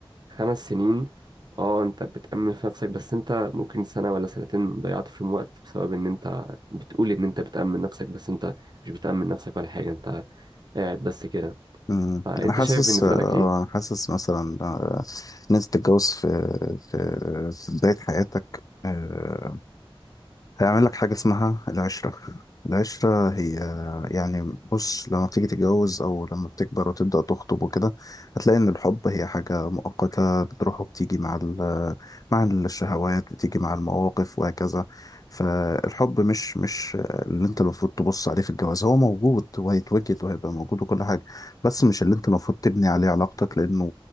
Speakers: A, on the right; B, on the left.
A: خمس سنين اه انت بتأمن في نفسك بس انت ممكن سنه ولا سنتين ضيعت فيهم وقت بسبب ان انت بتقول ان انت بتأمن نفسك بس انت مش بتأمن نفسك ولا حاجه انت قاعد بس كده
B: مم.
A: فانت
B: انا حاسس
A: شايف بالنسبه
B: آه،
A: لك ايه
B: انا حاسس مثلا آه، ان انت تتجوز في في في بدايه حياتك آه، هيعمل لك حاجة اسمها العشرة العشرة هي يعني بص لما بتيجي تتجوز أو لما بتكبر وتبدأ تخطب وكده هتلاقي إن الحب هي حاجة مؤقتة بتروح وبتيجي مع ال مع الشهوات بتيجي مع المواقف وهكذا فالحب مش مش اللي أنت المفروض تبص عليه في الجواز هو موجود وهيتوجد وهيبقى موجود وكل حاجة بس مش اللي أنت المفروض تبني عليه علاقتك لأنه